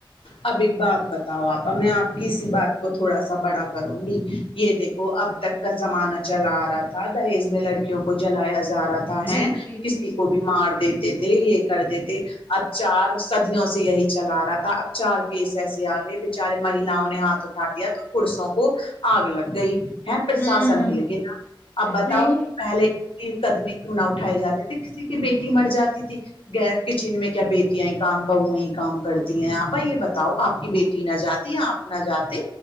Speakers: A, on the left; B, on the left.
A: اب ایک بات بتاؤ آپ اور میں آپ کی اسی بات کو تھوڑا سا بڑا کروں گی یہ دیکھو اب تک کا زمانہ چلا آ رہا تھا تھا دہیز میں لڑکیوں کو جلایا جا رہا تھا ہے
B: جی جی
A: کسی
B: جی
A: کو بھی مار دیتے تھے یہ کر دیتے تھے ا چار سدیوں سے یہی چلا رہا تھا چار کیس ایسے آ گئے بچارے مہلاؤں نے ہاتھ اٹھا دیا تو پڑسوں کو آگ لگ گئی ہے پھر
B: ہوں
A: ساسا نہیں لگے گا اپ بتاؤ
B: نہیں
A: پہلے قدمے کیوں نہ اٹھائے جاتے تھے کسی کی بیٹی مر جاتی تھی گیس کچن میں کیا بیٹیاں کام بہو کام کرتی ہیں آپ پپا یہ بتاؤ آپ کی بیٹی نہ جاتی آپ نہ جاتے